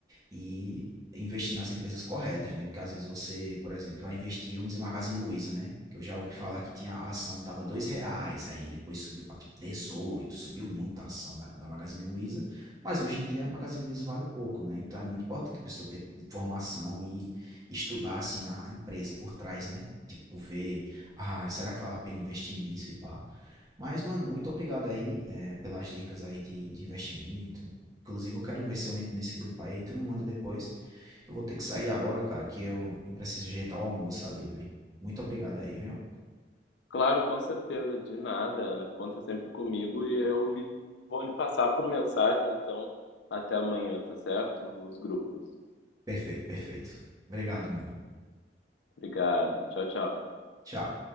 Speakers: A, on the right; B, on the left.
A: e investir nas empresas corretas, né? Porque às vezes você, por exemplo, vai investir, vamos dizer, Magazine Luiza, né? Que eu já ouvi falar que tinha a ação, tava dois reais, aí depois subiu para tipo, 18, subiu muito a ação da, da Magazine Luiza, mas hoje em dia a Magazine Luiza vale pouco, né? Então é muito importante a pessoa ter informação e estudar, assim, a, a empresa por trás, né? Tipo, ver, ah, será que vale a pena investir nisso e pá. Mas, mano, muito obrigado aí, é, pelas dicas aí de, de investimento. Inclusive, eu quero ver se eu entro nesse grupo aí, tu me manda depois. Eu vou ter que sair agora, cara, que eu, eu preciso ajeitar o almoço ali, velho. Muito obrigado aí, viu?
B: Claro, com certeza, de nada. Conta sempre comigo e eu lhe, vou lhe passar por mensagem, então, até amanhã, tá certo? Os grupos.
A: Perfeito, perfeito. Obrigado, mano.
B: Obrigado. Tchau, tchau.
A: Tchau.